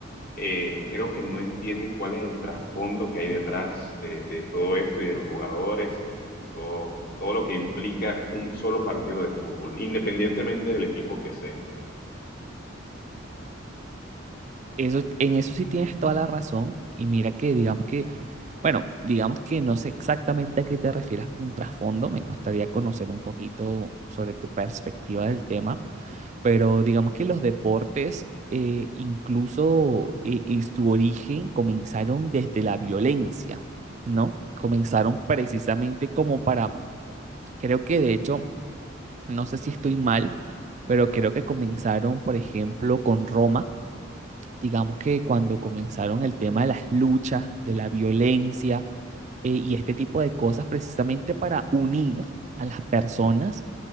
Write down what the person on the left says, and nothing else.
eh, creo que no entienden cuál es el trasfondo que hay detrás de, de todo esto y de los jugadores y, y de todo, todo lo que implica un solo partido de fútbol, independientemente del equipo que sea.